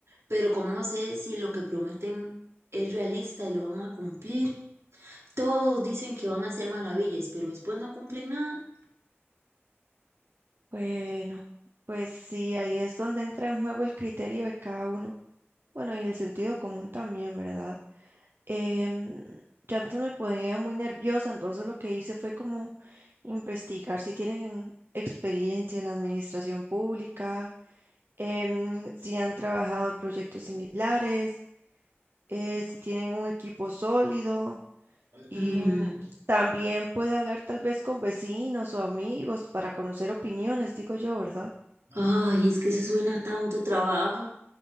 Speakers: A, on the right; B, on the right.
A: pero ¿cómo sé si lo que prometen es realista y lo van a cumplir? Todos dicen que van a hacer maravillas, pero después no cumplen nada.
B: Bueno, pues sí, ahí es donde entra en juego el criterio de cada uno. Bueno, y el sentido común también, ¿verdad? Em, yo antes me ponía muy nerviosa, entonces lo que hice fue como investigar si tienen experiencia en la administración pública, em, si han trabajado en proyectos similares eh, si tienen un equipo sólido y
A: Mm,
B: mm, también puede hablar tal vez con vecinos o amigos para conocer opiniones, digo yo, ¿verdad?
A: ay, es que eso suena a tanto trabajo.